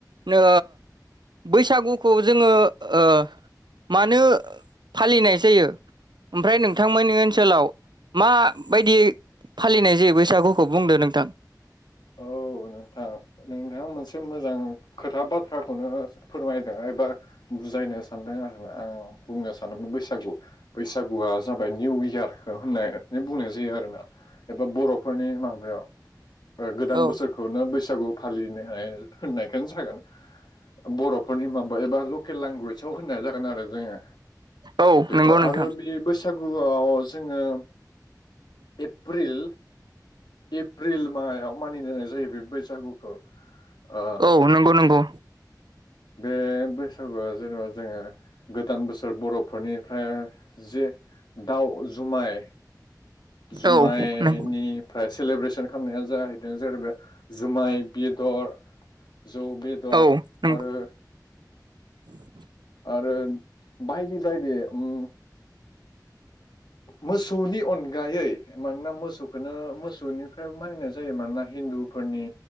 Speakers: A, on the right; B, on the left.
A: ओ बैसागुखौ जोङो ओ मानो फालिनाय जायो ओमफ्राय नोंथांमोननि ओनसोलाव माबायदियै फालिनाय जायो बैसागुखौ बुंदो नोंथां।
B: औ नोंथां नोंथाङा मोनसे मोजां खोथा बाथ्राखौनो फोरमायदों एबा बुजायनो सानदों आरोना आं बुंनो सानो बैसागु । बैसागुआ जाबाय निउ इयारखौ होननानै बुंनाय जायो आरोना एबा बर'फोरनि माबायाव ओ गोदान
A: औ
B: बोसोरखौनो बैसागु फालिनो हाय होननायखोनो जागोन। बर'फोरनि माबा एबा लकेल लेंगुवेजाव होननाय जागोन आरो जोङो
A: औ
B: बेखौ
A: नंगौ नोंथां
B: आरो बे बैसागुआव जोङो एप्रिल एप्रिल माबायाव मानिनाय जायो बे बैसागुखौ ओ
A: औ नंगौ नंगौ
B: बे बै सागुआ जोङो जोङो गोदान बोसोर बर'फोरनिफ्राय जे दाउ जुमाय जुमाइनिफ्राय
A: औ नों
B: सेलेब्रेसन खामनाया जाहैदों <unintelligible> जुमाय बेदर जौ बेदर
A: औ नों
B: आरो
A: <inaudible>
B: आरो बायदि बायदि उम मोसौनि अनगायै मानोना मोसौखौनो मोसौनिफ्राय मानिनाय जायो । मानोना हिन्दुफोरनि